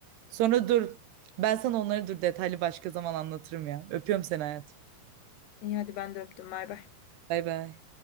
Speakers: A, on the right; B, on the left.
A: Sonra dur ben sana onları dur detaylı başka zaman anlatırım ya. Öpüyorum seni hayatım.
B: İyi hadi ben de öptüm. Bay bay.
A: Bay bay.